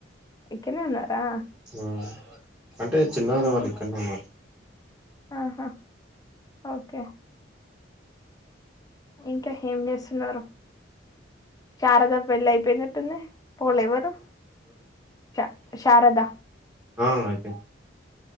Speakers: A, on the left; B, on the right.
A: ఇక్కనే ఉన్నారా
B: ఉమ్ అంటే చిన్న వదిన
A: ఆహా
B: వాళ్ళు ఇక్కనే ఉన్నారు
A: ఆహా ఓకే ఇంకా ఏం చేస్తున్నారు శారద పెళ్లి అయిపోయినట్టుంది పోలే ఎవరు శా శారద
B: ఆ అయిపోయింది